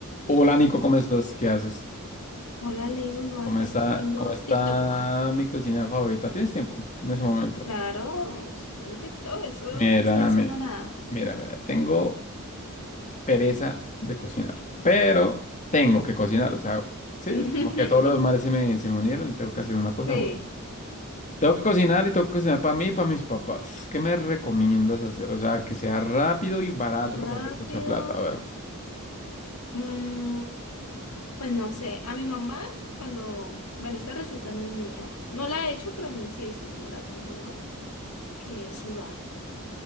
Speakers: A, on the left; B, on the left.
A: Hola Nico, ¿cómo estás? ¿Qué haces?
B: Hola Leo, no,
A: ¿Cómo
B: acá
A: está,
B: estoy viendo
A: cómo está
B: TikTok.
A: mi cocina favorita? ¿Tienes tiempo en ese momento?
B: Claro, estoy viendo TikTok, eso
A: Mira,
B: no estoy haciendo
A: mi-
B: nada.
A: mira, mira, tengo pereza de cocinar, pero tengo que cocinar, o sea, sí,
B: <laughs>
A: es como que todos los males se me, se me unieron y tengo que hacer una cosa
B: Sí,
A: buena. Tengo que cocinar y tengo que cocinar para mí y para mis papás. ¿Qué me recomiendas hacer? O sea, que sea rápido y barato
B: rápido.
A: porque no tengo mucha plata, a ver.
B: Mm, pues no sé, a mi mamá, cuando, bueno, esta receta no es mía, no la he hecho, pero sí he visto cómo la hace mi mamá, que es sudar.